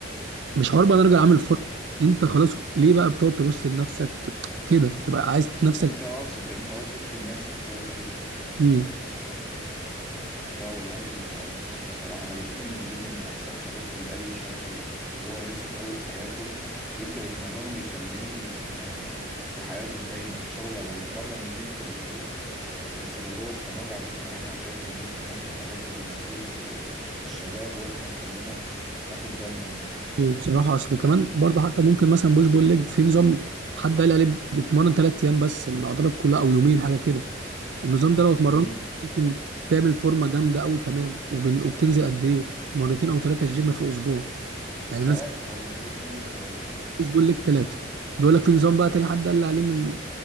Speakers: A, on the right; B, in the centre.
A: مش هربط انا راجل عامل فرق انت خلاص ليه بقى بتقعد تبص لنفسك ت- كده تبقى عايز نفسك
B: انت واثق انت واثق من نفسك كويس جدا
A: امم
B: لا والله عاش بصراحة أنا بشوف إن الجيم من أحسن الحاجات اللي أي شاب و- وهو لسه في أول حياته يبدأ يتمرنه ويخليه يعني ح- في حياته الدايمة إن شاء الله لو هيتمرن يومين في الأسبوع بس لو هو استمر عليه بصراحة أنا شايف إن دي من أهم الحاجات اللي المفروض آه، الشباب وإحنا وكلنا ناخد بالنا منها
A: بصراحه اصل كمان برضه حتى ممكن مثلا بوش بول ليج في نظام حد قال عليه بت- بتمرن ثلاث ايام بس العضلات كلها او يومين حاجه كده النظام ده لو اتمرنت
B: امم
A: ممكن تعمل فورمه جامده قوي كمان وبن... وبتنزل قد ايه مرتين او ثلاثه الجيم في الاسبوع يعني
B: ثلاثة
A: ناس
B: أه بينزل بتنزل ثلاثة أه
A: مش بيقول لك ثلاثة بيقول لك في نظام بقى تاني حد قال لي عليه من